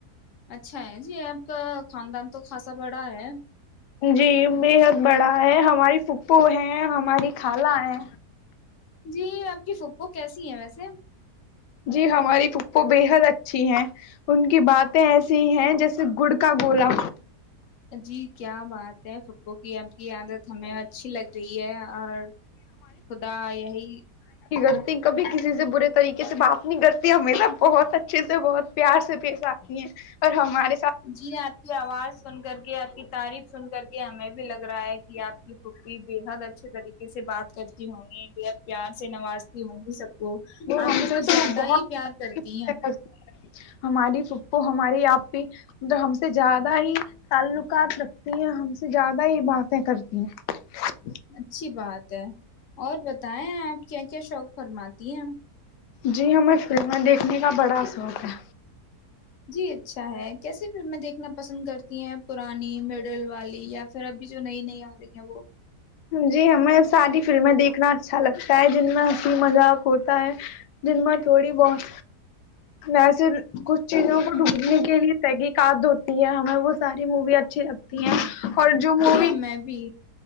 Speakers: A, on the left; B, on the left.
A: اچھا ہے جی آپ کا خاندان تو خاصا بڑا ہے
B: جی بےحد بڑا ہے ہماری پھپھو ہے ہماری خالا ہے
A: جی آپ کی فک وہ کیسی ہے ویسے
B: جی ہماری پھپو بے حد اچھی ہیں ان کی باتیں ایسی ہیں جیسے گڑ کا گولا
A: جی کیا بات ہے پپو کی کیاد ہمیں اچھی لگ رہی ہے اور خدا یہی
B: لط کبھی کسی سے برے طریقے سے بات نہیں کرتی ہمیشہ بہت اچھے سے بہت پیار سے پیش آتی ہیں اور ہماریے
A: جی آپ کی آواز سن کر کے آپ کی تعریف سن کر کے یہ ہمیں بھی لگ رہا ہے کہ آپ کی پھپی بےحد اچھے طریقے سے بات کرتی ہوں گی بےحد پیار سے نوازتی ہوں گی سب تو
B: وہ
A: آپ
B: ہم
A: کو
B: سے
A: کچھ
B: تو
A: زیادہ
B: بہت
A: ہی پیار کرتی ہیں
B: ہماری پھپو ہماراری آپی مب ہم سے زیادہ ہی تعلقات رکھتی ہیں ہم سے زیادہ ہی باتیں کرتی ہیں
A: اچھی بات ہے اور بتائیں آپ کیا کیا شوق فرماتی ہیں
B: جی ہمیں فلمیں دیکھنے کا بڑا شوق ہے
A: جی اچھا ہے کیسی فلمیں دیکھ نا پسند کرتے ہیں پرانی مڈل والی یا س ابھی جو نہیں نہیں آ رہی ن وہ
B: جی ہمیں ساری فلمیں دیکھنا اچھا لگتا ہے جن میں ہنسی مذاق ہوتا ہے جن میں تھوڑی بہت ویسے کچھ چیزوں کو ڈھونڈنے کے لیے تحقیقات ہوتی ہے ہمیں وہ ساری مووی اچھی لگتی ہیں اور جو مووی
A: جی ہاں میں بھی